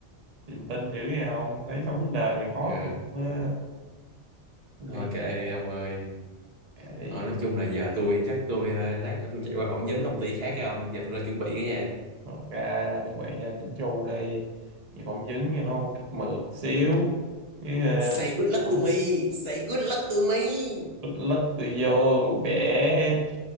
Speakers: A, on the right (about 35°); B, on the right (about 60°).
A: Niềm tin dữ vậy không? Thấy sống trên đời này khó
B: ừ.
A: tin quá. Ok,
B: thôi kệ đi ông ơi
A: kệ đi.
B: Thôi, nói chung là giờ tôi chắc tôi ờ, lát nữa tôi chạy qua phỏng vấn công ty khác không giờ tôi lên chuẩn bị cái nha
A: Ok, chuẩn bị ra chỉnh chu đi. Vì phỏng vấn cho nó mượt xíu. Cái ờ,
B: Say good luck
A: mốt
B: to me, say good luck to me.
A: bịch lứt tôi vô, bẻ.